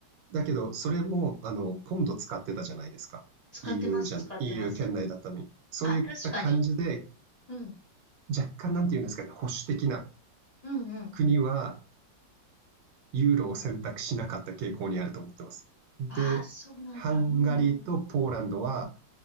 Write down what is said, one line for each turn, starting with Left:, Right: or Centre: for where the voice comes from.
Right: だけど、それも、あの、ポンド使ってたじゃないですか。
Left: 使ってます、
Right: EU じゃん、
Left: 使ってます。
Right: EU 圏内だったのに。そういった感じで、
Left: あ、確かに。うん。
Right: 若干なんていうんですかね、保守的な
Left: うんうん。
Right: 国はユーロを選択しなかった傾向にあると思ってます。で、
Left: ああ、そうなんだ。
Right: ハンガリーとポーランドは、
Left: うんうん。